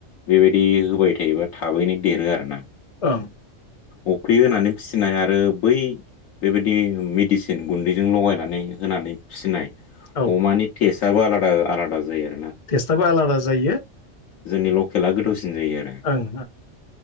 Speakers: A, on the left (about 80°); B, on the left (about 35°).
A: बेबायदि होबाय थायोबा थाबैनो देरो आरो ना।
B: थां
A: अफ्रि होनानै फिसिनाय आरो बै बेबायदि मेडिसिन गुन्दैजों लगायनानै होनानै फिसिनाय।
B: औ
A: अमानि टेस्टआबो आलादा आलादा जायो आरो।
B: टेस्टाबो आलादा जायो।
A: जोंनि लकेला गोथावसिन जायो आरो
B: ओं